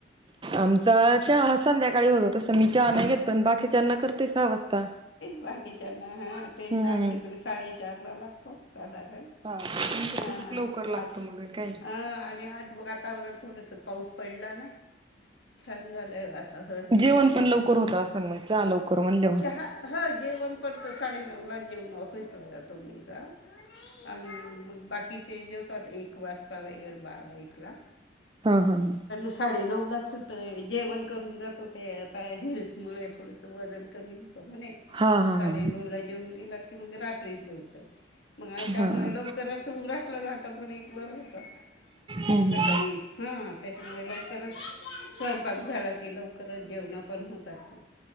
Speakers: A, on the right; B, on the left.
A: आमचा चहाा संध्याकाळी होतो तसं मी चहाना घेतो आणि बाकीच्याना करते सहा वाजता
B: बाकीच्याना हा ते
A: हम्म
B: आमच्याकडे साडेचार ला लागतो साधारण
A: हा तुमच
B: अ
A: लवकर लागतो
B: आज
A: मग काय
B: अ आणि आज वातावरण थोडस पाऊस पडला छान झालंय एकदम
A: जेवण पण लवकर होत असेल मग चहा लवकर म्हणल्यावर
B: चहा ह जेवण पण त साडे े ऑफिसला जातो मुगा आणि बाकी जेवतात एक वाजता वगैर बारा एक ला
A: हा हा हा
B: साडे नऊ लाच होतय जेवण करून जातो ते आता हेल्थ मु थोडसं वजन कमी हो म्हणे
A: हा हा
B: साडे
A: हा हा
B: नऊ ला जेऊन गेला की म्हणजे रात्री जेवतय मग त्यामुळे
A: हा हा
B: लवकरच उडटलं जात पण एक बरं होतं
A: हम्म
B: काही हा लवकरच स्वयंपाक झाला की लवकरच जेवणा पण होतात ना